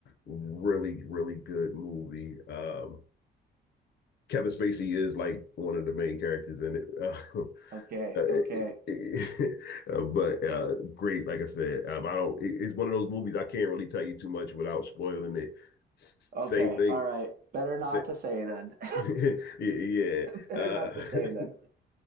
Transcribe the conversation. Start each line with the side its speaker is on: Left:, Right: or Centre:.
Left: really really good movie. Um, Kevin Spacey is like one of the main characters in it. <laughs> Uh,
Right: Okay,
Left: Uh, it,
Right: okay.
Left: it, <laughs> uh, but uh, great, like I said, um, I don't. it- It's one of those movies I can't really tell you too much without spoiling it. s-
Right: Okay.
Left: same thing.
Right: All right. Better not
Left: Sa-
Right: to say then.
Left: <laughs>
Right: <laughs>
Left: yeah, yeah.
Right: Better
Left: Uh,
Right: not to say
Left: <laughs>
Right: then.